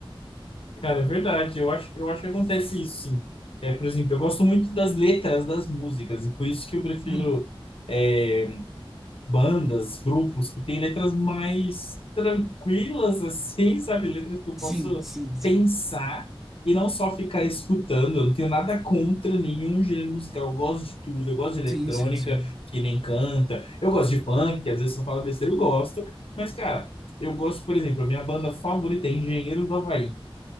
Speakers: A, on the left; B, in the centre.
A: Cara, é verdade. Eu acho, eu acho que acontece isso, sim. É, por exemplo, eu gosto muito das letras das músicas, e por isso que eu prefiro.
B: Uhum.
A: é, bandas, grupos que têm letras mais tranquilas, assim, sabe? Letras que eu
B: Sim,
A: posso
B: sim, sim.
A: pensar e não só ficar escutando. Eu não tenho nada contra nenhum gênero musical. Eu gosto de tudo. Eu gosto de eletrônica,
B: Sim, sim, sim.
A: que nem canta. Eu gosto de funk, que às vezes eu falo besteira, eu gosto. Mas, cara, eu gosto, por exemplo, a minha banda favorita é Engenheiro do Havaí.